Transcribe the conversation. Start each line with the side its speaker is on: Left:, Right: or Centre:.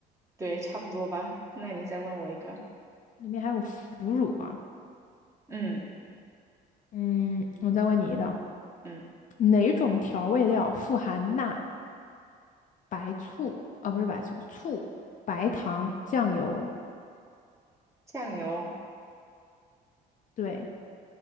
Right: 对，差不多吧。那你再问我一个，
Left: 里面还有腐乳啊。
Right: 嗯
Left: 嗯，我再问你一道，
Right: 嗯，
Left: 哪种调味料富含钠、白醋啊，不是白醋，醋、白糖、酱油？
Right: 酱油，
Left: 对，